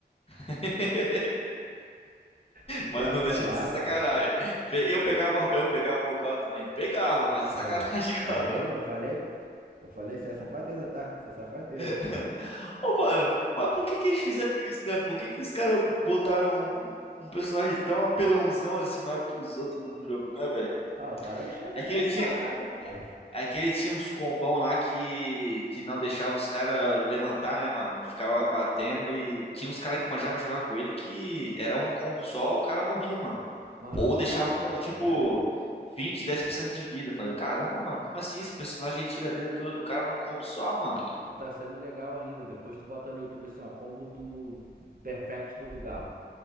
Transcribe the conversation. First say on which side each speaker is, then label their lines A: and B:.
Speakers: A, on the left; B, on the right.
A: <laughs>
B: Que quer
A: Mas
B: apelar,
A: não deixa de ser sacanagem.
B: pô.
A: Pe- Eu pegava, eu pegava o Rugal também. Pegava, mas é
B: Aí,
A: sacanagem igual.
B: falei, eu falei. Eu falei, isso é safadeza, tá? Isso é safadeza.
A: <laughs> Ô, mano, mas por que que eles fizeram isso, né? Por que que os caras botaram um, um personagem tão apelãozão assim, mais do que os outros num jogo, né, velho?
B: Ah, o cara é o chefão
A: É que
B: da
A: ele
B: parada,
A: tinha, é
B: pô.
A: é que ele tinha uns combão lá que, que não deixava os caras levantar, né, mano? Ele ficava batendo e tinha uns caras que manjava jogar com ele que era um combo só, o cara morria, mano.
B: Mano,
A: Ou
B: olha,
A: deixava com, tipo,
B: é.
A: vinte dez por cento de vida. Falei, caramba, mano, como assim? Esse personagem aí tira a vida toda do cara num combo só, mano?
B: Tu tá sendo legal ainda. Depois tu bota no YouTube assim, ó, combo do Perfect do Rugal.